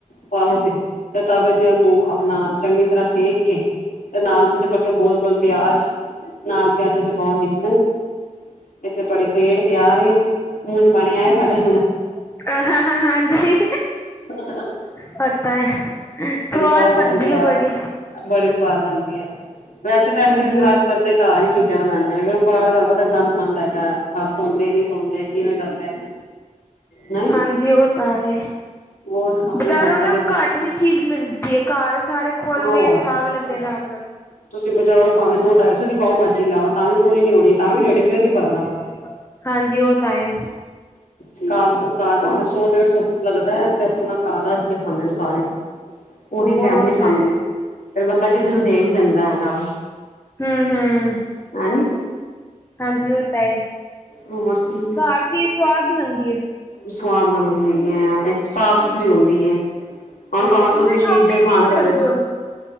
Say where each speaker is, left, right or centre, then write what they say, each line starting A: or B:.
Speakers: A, on the left (about 85°); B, on the left (about 20°).
A: ਪਾਓ ਤੇ, ਤੇ ਤਵੇ ਤੇ ਉਹਨੂੰ ਆਪਣਾ ਚੰਗੀ ਤਰ੍ਹਾਂ ਸੇਕ ਕੇ, ਤੇ ਨਾਲ ਤੁਸੀਂ ਕੱਟੋ ਗੋਲ- ਗੋਲ ਪਿਆਜ ਨਾਲ ਪਿਆਜ਼ਾ ਤੇ ਪਾਓ ਨਿੰਬੂ ਇੱਕ ਤੁਹਾਡੀ ਪਲੇਟ ਤਿਆਰ ਏ, ਮੂੰਹ 'ਚ ਪਾਣੀ ਆਏ ਤੁਹਾਡੇ।
B: ਹ, ਹਾਂ, ਹਾਂ ਹਾਂਜੀ।
A: ਹ <unintelligible>
B: ਪਤਾ ਹੈ, ਸੁਆਦ
A: ਪਾਓ ਭਾਜੀ
B: ਬਣਦੀ
A: ਤਿਆਰ
B: ਹੈ ਬੜੀ।
A: ਬੜੀ ਸਵਾਦ ਬਣਦੀ ਹੈ। ਵੈਸੇ ਤਾਂ
B: ਹਾਂਜੀ
A: ਅਸੀਂ ਵੀ ਖਾਸ
B: ਉਹ
A: ਕਰਕੇ ਘਰ ਹੀ ਚੀਜ਼ਾਂ ਬਣਾਉਂਦੇ, ਕਿਉਕਿ ਬਾਹਰ ਤੁਹਾਨੂੰ ਪਤਾ ਗੰਦਮੰਦ ਹੈਗਾ। ਹੱਥ ਧੋਂਦੇ ਹੀ ਨੀ, ਧੋਂਦੇ, ਕਿਵੇਂ ਕਰਦੇ ਨੇ। ਨਹੀਂ
B: ਹਾਂਜੀ, ਉਹ ਤਾਂ ਹੈ,
A: ਹੋਰ ਆਪਣੇ
B: ਬਾਹਰੋ
A: ਹੱਥਾਂ
B: ਨਾ
A: ਦੇ
B: ਘੱਟ ਵਿ ਚੀਜ਼ ਮਿਲਦੀ ਹੈ, ਘਰ ਸਾਰੇ ਖੁਲ
A: ਹੋਰ
B: ਕੇ, ਖਾ ਵੀ ਲੈਂਦੇ ਆਰਾਮ ਨਾਲ।
A: ਤੁਸੀਂ ਬਾਜ਼ਾਰੋ ਭਾਵੇਂ ਦੋ ਢਾਈ ਸੌ ਦੀ ਪਾਓ ਭਾਜੀ ਲਾਓ, ਤਾਂ ਵੀ ਪੂਰੀ ਨੀ ਹੋਣੀ, ਤਾਂ ਵੀ ਡਿਢ, ਫਿਰ ਨੀ ਭਰਦਾ।
B: ਇਹ ਨਹੀਂ ਪਾਣਾ। ਹਾਂਜੀ, ਉਹ ਤਾਂ ਐ।
A: ਕਾਰ, ਕਾਰ ਪਾਵੇ ਸੌ ਡੇਢ ਸੌ ਲੱਗਦਾ। ਤੇ ਅਪਣਾ ਘਰ, ਰਜ ਕੇ ਖਾਂਦੇ ਨੇ ਸਾਰੇ। ਪੂਰੀ
B: ਹੋਰ
A: ਫੈਮਿਲੀ
B: ਉਹ
A: ਖਾਂਦੀ
B: ਤਾਂ ਹੈ
A: ਏ। ਫੇਰ ਬੰਦਾ ਕਿਸੇ ਨੂੰ ਦੇ ਵੀ ਦਿੰਦਾ। ਹੈਗਾ
B: ਹੁੰ, ਹੁੰ।
A: ਹੈ, ਨੀ।
B: ਹਾਂਜੀ, ਉਹ ਤਾਂ ਐ।
A: ਹੋਰ, ਕੀ।
B: ਹਰ ਚੀਜ਼ ਸਵਾਦ ਹੀ ਬਣਦੀ।
A: ਸਵਾਦ ਬਣਦੀ ਹੈਗੀ ਹੈ, ਇੱਕ ਸਾਫ਼ ਸੁਥਰੀ ਹੁੰਦੀ ਹੈ। ਹੁਣ
B: ਅੱਛਾ
A: ਭਾਵੇਂ, ਤੁਸੀਂ
B: ਸ਼ੋਪਿੰਗ
A: ਪੀਜੇ
B: ਕਿੱਥੋਂ
A: ਖਾਣ ਚਲੇ
B: ਕਰਦੇ
A: ਜ।
B: ਹੋ